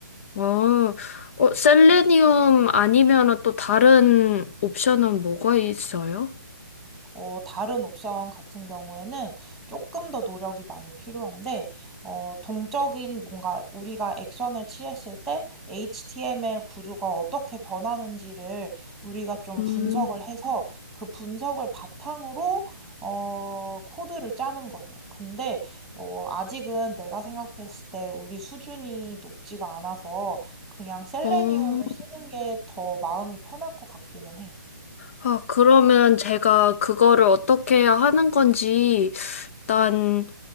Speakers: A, on the left; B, in the centre.
A: 어, 어, 셀레니움 아니면 또 다른 옵션은 뭐가 있어요?
B: 어, 다른 옵션 같은 경우에는 조금 더 노력이 많이 필요한데, 어, 동적인 뭔가 우리가 액션을 취했을 때 HTML 구조가 어떻게 변하는지를 우리가 좀
A: 음,
B: 분석을 해서 그 분석을 바탕으로, 어, 코드를 짜는 거예요. 근데, 어, 아직은 내가 생각했을 때 우리 수준이 높지가 않아서 그냥 셀레니움을
A: 어,
B: 쓰는 게 더 마음이 편할 것 같기는 해.
A: 아, 그러면 제가 그거를 어떻게 하는 건지 일단